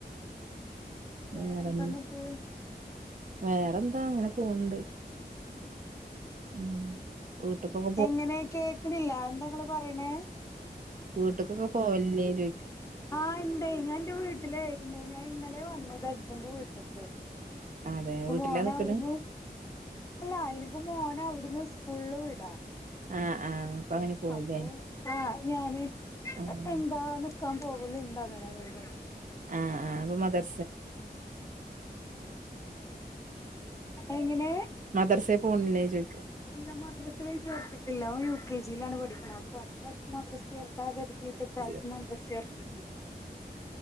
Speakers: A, on the left (about 20°); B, on the right (about 50°).
A: വേറെന്താന്നിട്ട്
B: വേറെന്ന് വേറെന്താ ഇങ്ങനെ പോണ് ണ്ട്. ഉം വീട്ട്ക്കൊ
A: എങ്ങനെ കേക്ക്ണില്ല. എന്താ ഇങ്ങള് പറയ്ണ്?
B: വീട്ട്ക്കൊക്കെ പോവലില്ലേ ചോയ്ക്കാ
A: ആഹ് ഇണ്ട് ഞാൻ ഇന്റെ വീട്ടിലായിയിരുന്നു. ഞാൻ ഇന്നലെ വന്നത് ഹസ്ബന്റെ വീട്ട്ക്ക്.
B: അതെ
A: പ്പോ
B: വീട്ടിലാ
A: മോനവുട്ന്ന്
B: നിക്ക്ണ്
A: അല്ലാ എനിക്ക് മോന അവു ടിന്ന് സ്കൂള്ല് വിടാ.
B: ആഹ് ആഹ് അപ്പൊ അങ്ങനെ പോവുല്ലേ
A: അപ്പോ ആഹ് ഞാന്
B: ആഹ്
A: എന്താ നിക്കാം പോവല്ണ്ട് അങ്ങനങ്ങ്‌ട്
B: ആഹ് ആഹ് അപ്പോ മദർ
A: എങ്ങനേ?
B: മദർസേ പോൺല്ലേ ചോയ്ക്ക
A: ഇല്ല മദ്രസ്സല് ചേർത്ത് ഇല്ല ഓൻ യു കെ ജി യിലാണ് പഠിക്ക്ണ് അപ്പോഅടുത്ത വർഷം മദ്രസ്സേ ചേർക്കാ കരുതിട്ട്
B: അത്
A: ഇപ്രാവിശ്യം മദ്രസ്സേ ചേർത്തി